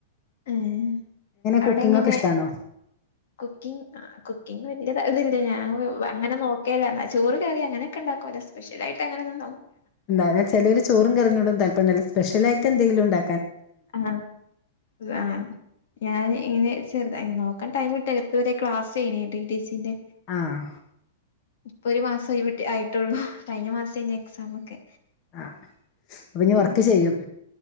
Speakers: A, on the left; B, on the left.
A: <unintelligible> അവിടെ
B: കുക്കിംഗ്
A: ഇങ്ങനെ
B: ഒക്കെ ഇഷ്ടാണോ
A: കുക്കിങ് കുക്കിങ് വല്ത ഇതില്ല ഞാ അങ്ങനെ നോ ഒക്കാ ചോറ് കയറി അങ്ങനൊക്കെണ്ടുംുമ സ്പെ്യ ആട്ട് അങ്ങനന്ന
B: എന്ത ചിലൊരു ചോറും കറിഞ്ഞോടും താല്പയംല്ല സ്പെഷ്യലായിട്ട് എന്തെങ്കിലും ഉണ്ടും
A: ആ ആ ഞാൻ ഇങ്ങനെ ചെറുതായി നോക്കാൻ ടൈം കിട്ടല്ല ഇപ്പ ഇതുവരെ ക്ലാസേനി ഡി ടി സി ന്റെ
B: ആഹ്
A: ഇപ്പൊ ഒരു മാസൊയിവി ആയിട്ടുള്ളൂ കഴിഞ്ഞ മാസേനി എക്സാം ഒക്കെ
B: ആ അപ്പൊ ഇഞ്
A: ഉം
B: വർക്ക് ചെയ്യും